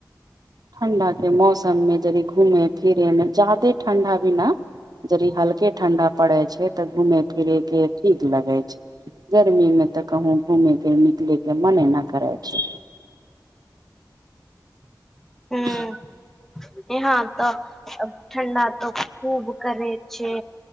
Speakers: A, on the right (about 60°); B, in the centre.
A: ठण्डा के मौसम मे जरि घूमे फिरे मे ज्यादे ठण्डा भी न जरि हल्के ठंडा पड़े छै तऽ घूमे फिरे के ठीक लगे छै गर्मी मे तऽ कहुं घूमे के निकले के मने न करै छै <inaudible>
B: हूं यहाँ तऽ ठण्डा तऽ खूब करै छै